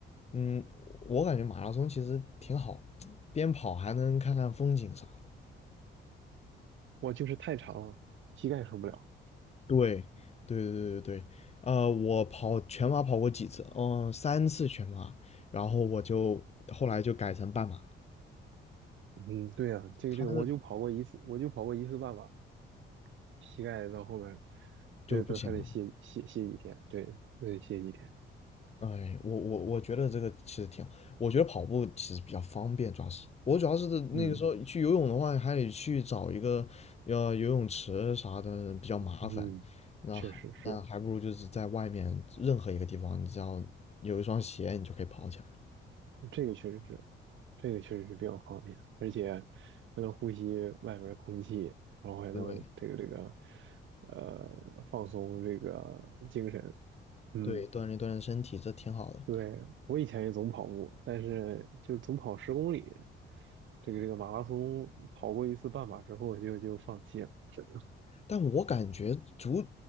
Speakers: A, on the left; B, on the right.
A: 嗯，我感觉马拉松其实挺好，边跑还能看看风景啥的。
B: 我就是太长了，膝盖受不了。
A: 对，对对对对对，呃，我跑全马跑过几次，嗯、三次全马，然后我就后来就改成半马了，
B: 嗯，对呀、这个这个，
A: 他那个
B: 我就跑过一次，我就跑过一次半马，膝盖到后边儿
A: 就不行了。
B: 就都还得歇歇歇几天，对，都得歇几天。
A: 哎，我我我觉得这个其实挺好，我觉得跑步其实比较方便，主要是我主要是那个时候去游泳的话，
B: 嗯
A: 还得去找一个呃游泳池啥的比较麻烦，
B: 嗯，
A: 那还那还不如就是在外面任何一个地方，
B: 确实是的
A: 你只要有一双鞋，你就可以跑起来。
B: 这个确实是。这个确实是比较方便，而且还能呼吸外面的空气，然后还能这个这个，
A: 对
B: 呃，放松这个精神。嗯，
A: 对，锻炼锻炼身体，这挺好的。
B: 对，我以前也总跑步，但是就总跑十公里，这个这个马拉松跑过一次半马之后就就放弃了。<laughs>
A: 但我感觉足，